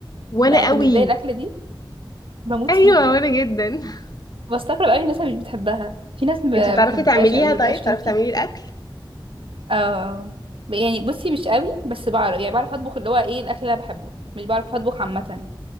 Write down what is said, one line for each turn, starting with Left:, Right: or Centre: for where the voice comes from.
Left: وانا
Right: بقى بالنسبه
Left: قوي
Right: لي الاكله دي بموت
Left: ايوه
Right: فيها
Left: وانا جدا <laughs>
Right: بستغرب قوي الناس اللي مش بتحبها في ناس ما
Left: انتي بتعرفي
Right: بتحبهاش
Left: تعمليها
Right: قوي ما
Left: طيب
Right: بقاش
Left: بتعرفي
Right: ليهم فيها
Left: تعملي الاكل
Right: اه يعني بصي مش قوي بس بعرف يعني بعرف اطبخ اللي هو ايه الاكل اللي انا بحبه مش بعرف اطبخ عامه